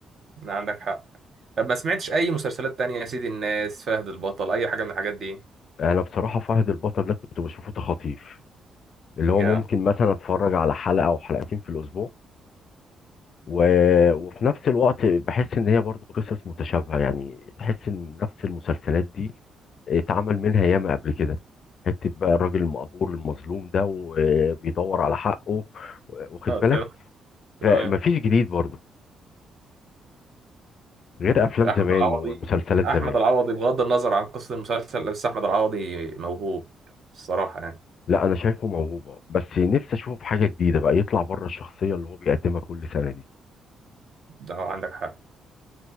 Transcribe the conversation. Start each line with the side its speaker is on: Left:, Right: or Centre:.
Right: عندك حق طب ما سمعتش اي مسلسلات تانية يا سيدي الناس فهد البطل اي حاجة من الحاجات دي
Left: انا بصراحة فهد البطل ده كنت بشوفه تخاطيف اللي
Right: جامد
Left: هو ممكن مثلا اتفرج على حلقة او حلقتين في الاسبوع و... وفي نفس الوقت بحس ان هي برضو قصص متشابهه يعني تحس ان نفس المسلسلات دي اتعمل منها ياما قبل كده حته بقى الراجل المقهور المظلوم ده وبيدور على حقه واخد
Right: آه،
Left: بالك
Right: تمام تمام
Left: فمفيش جديد برضو غير افلام
Right: احمد
Left: زمان
Right: العوضي
Left: ومسلسلات
Right: احمد
Left: زمان
Right: العوضي بغض النظر عن قصة المسلسل بس احمد العوضي موهوب الصراحة يعني
Left: لا انا شايفه موهوبه بس نفسي اشوفه في حاجه جديده بقى يطلع بره الشخصيه اللي هو بيقدمها كل سنه دي
Right: ده عندك حق